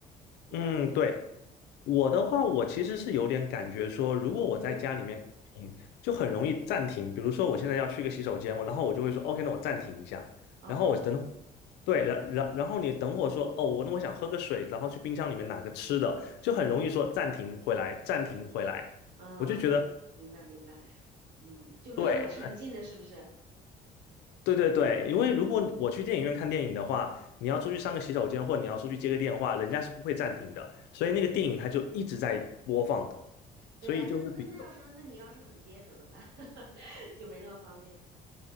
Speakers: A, on the right; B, on the left.
A: 你呢？
B: 嗯，对，我的话，我其实是有点感觉说，如果我在家里面看电影就很容易暂停。
A: 嗯，
B: 比如说，我现在要去个洗手间，我然后我就会说，OK，那我暂停一下，
A: 哦，
B: 然后我等会对，然然然后你等会说，哦，我那我想喝个水，然后去冰箱里面拿个吃的，就很容易说暂停回来，暂停回来。
A: 哦，
B: 我就觉得
A: 明明白明白，嗯，就没有那么沉浸的，
B: 对，
A: 是不是？
B: 对对对，因为如果我去电影院看电影的话，你要出去上个洗手间，或者你要出去接个电话，人家是不会暂停的，所以那个电影它就一直在播放的
A: 对呀、
B: 所以就是比，
A: 那那那要是那你要是很憋怎么办？<laughs> 就没那么方便。